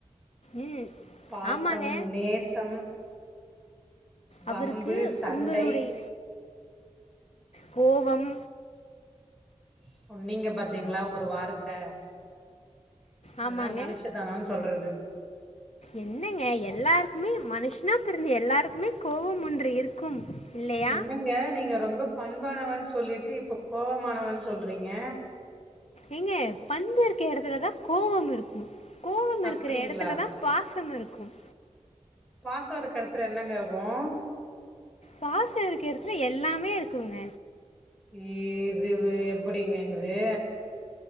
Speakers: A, on the left; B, in the centre.
A: ம்
B: பாசம்
A: ஆமாங்க
B: நேசம் வம்பு
A: அவருக்கு
B: சண்டை
A: உங்களுடைய கோவம்
B: சொன்னீங்க பாத்தீங்களா ஒரு வார்த்த இதுதா
A: ஆமாங்க
B: மனுஷத்தனோன்னு சொல்றது
A: என்னங்க எல்லாருக்குமே மனுஷ் னா பிறந்து எல்லாருக்குமே கோவம் ஒன்று இருக்கும் இல்லையா
B: என்னங்க நீங்க ரொம்ப பண்பானவ சொல்லிட் இப்ப கோவ மாணவன்னு சொல்றீங்க
A: ஏங்க பண்புற்க இடத்துலதான் கோவம் இருக்கும் கோவம்
B: அப்டிங்களா
A: இருக்கிற இடத்துலதான் பாசம் இருக்கும்
B: பாசம் இருக்க இடத்துல என்னங்க இருக்கும்
A: பாச இருக்க இடத்துல எல்லாமே இருக்குங்க
B: இதுவு எப்டிங்க இது